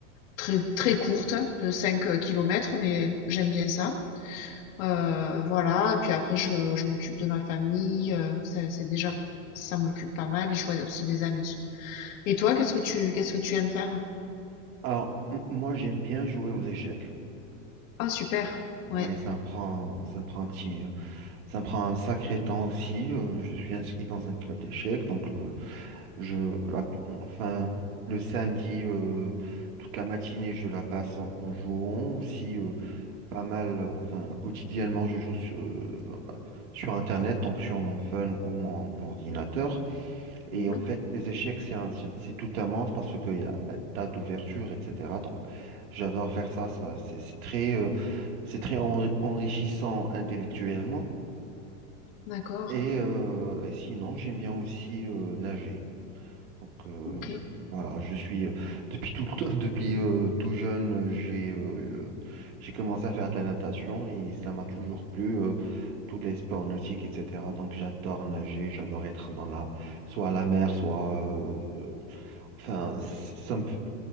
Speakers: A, on the left; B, on the right.
A: très très courtes, de 5 euh, kilomètres, mais j'aime bien ça. Euh, voilà. Et puis après, je, je m'occupe de ma famille. euh, ça- c'est déjà ça m'occupe pas mal et je vois aussi des amis. Et toi, qu'est-ce que tu qu'est-ce que tu aimes faire?
B: Alors, m- moi, j'aime bien jouer aux échecs.
A: Ah super,
B: Ouais,
A: ouais.
B: ça me prend, ça me prend un petit, ça me prend un sacré temps aussi. euh, je suis inscrit dans un club d'échecs, donc euh, Je, la- enfin, le samedi, euh, toute la matinée, je la passe en, en jouant aussi euh, pas mal. Enfin, quotidiennement, je joue sur, euh, sur Internet, donc sur mon phone ou mon ordinateur. Et
A: Mhm.
B: en fait, les échecs, c'est un- c'est c'est tout un monde parce qu'il y a un tas d'ouvertures, etc. Donc, j'adore faire ça. Ça, c'est c'est très, euh, c'est très enri- enrichissant intellectuellement.
A: D'accord.
B: Et, euh, et sinon, j'aime bien aussi euh, nager. Donc euh,
A: OK.
B: voilà, je suis euh, depuis tout le temps, <laughs> depuis euh, tout jeune, j'ai euh, j'ai commencé à faire de la natation et ça m'a toujours plu, euh, tous les sports nautiques, etc. Donc j'adore nager, j'adore être dans la soit à la mer, soit euh, enfin ça me fait-